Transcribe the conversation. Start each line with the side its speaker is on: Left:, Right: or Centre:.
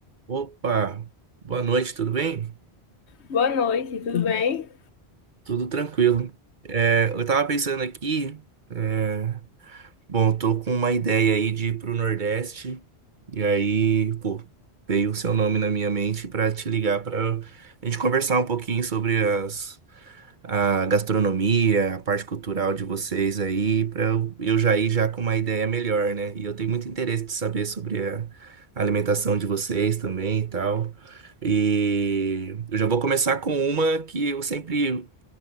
Right: Opa, boa noite, tudo bem?
Left: Boa noite, tudo bem?
Right: Tudo tranquilo. É, eu tava pensando aqui, é, bom, eu tô com uma ideia aí de ir pro Nordeste, e aí, pô, veio o seu nome na minha mente pra te ligar pra gente conversar um pouquinho sobre as a gastronomia, a parte cultural de vocês aí, para eu eu já ir já com uma ideia melhor, né? E eu tenho muito interesse de saber sobre a alimentação de vocês também e tal. E eu já vou começar com uma que eu sempre,